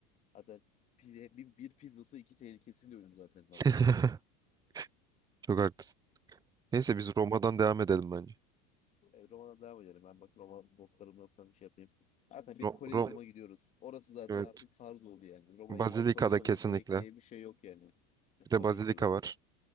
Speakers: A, on the left; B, on the right.
A: zaten pide- bir, bir pizzası iki tehlikesiyle ölüm zaten Napoli'ye.
B: <laughs> çok haklısın. Neyse biz Roma'dan devam edelim bence.
A: E, Roma'dan devam edelim. Ben bak Roma notlarımdan sana bir şey yapayım. Zaten bir
B: Ro
A: Kolezyum'a
B: Ro-
A: gidiyoruz. Orası zaten
B: evet.
A: artık farz oldu yani. Roma'ya
B: Bazilika'da
A: gidip Kolezyum'a
B: kesinlikle.
A: gitmemek diye bir şey yok yani. E,
B: Bir
A: tabii
B: de Bazilika
A: ki de.
B: var.